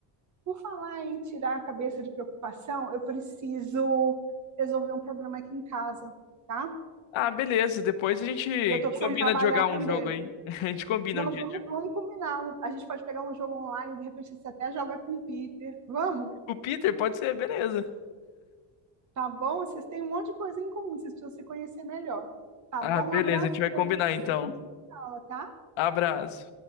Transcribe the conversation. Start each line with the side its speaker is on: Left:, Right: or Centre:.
Right: Por falar em tirar a cabeça de preocupação, eu preciso resolver um problema aqui em casa, tá?
Left: Ah, beleza. Depois a gente
Right: E eu tô precisando
Left: combina
Right: trabalhar
Left: de jogar
Right: também,
Left: um jogo aí.
Right: viu?
Left: <laughs> A gente combina
Right: Então
Left: um dia.
Right: vamos, vamos combinar. A gente pode pegar um jogo online, de repente você até joga com o Peter. Vamos?
Left: Com o Peter, pode ser, beleza.
Right: Tá bom? Vocês têm um monte de coisa em comum, vocês precisam se conhecer melhor. Tá
Left: Ah,
Right: bom?
Left: beleza.
Right: Um abraço
Left: A gente vai
Right: para
Left: combinar
Right: você,
Left: então.
Right: a gente se fala, tá?
Left: Abraço.